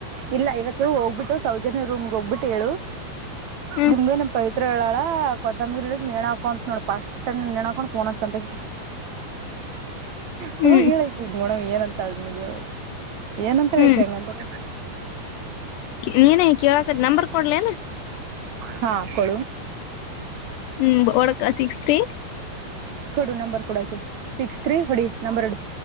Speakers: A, on the right; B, on the left.
A: ಇಲ್ಲ ಇವತ್ತು ಹೋಗ್ಬಿಟ್ಟು ಸೌಜನ್ಯ ರೂಮ್ಗೆ ಹೋಗ್ಬಿಟ್ಟು ಹೇಳು
B: ಹ್ಮ್
A: ನಿಮ್ಗೆನಪ ಹತ್ರ ಹೇಳಳ ಕೊದ್ದಂಬಂಗಿರಿಲಿ ನಣ ಹಾಕೋ ಅಂತ ನೋಡ್ ಪಾಸ್ಟ್ ಟ ನ್ಣ ಕುಫೋನ ಚಂದ ಹಓ
B: ಹ್ಮ್
A: ಹೇಳಕ್ ಈಗ ಮೋಡಮ್ ಏನಂತಾ ಅನ ಹೇಳುವ ಏನಂತ ಹೇಳಕ್ಕೆ
B: ಹ್ಮ್
A: ಹಂಗಂದ್ರ
B: ನೀನೇ ಕೇಳಕ ನಂಬರ್ ಕೊಡ್ಲೇನ
A: ಹಾ ಕು
B: ಹ್ಮ್ ಒಳಕ ಸಿಕ್ಸ್ಟಿ
A: ಕೊಡು ನಂಬರ್ ಕೊಡಕ ಸಿಕ್ಸ್ ತ್ರೀ ಹೊಡಿ ನಂಬರ್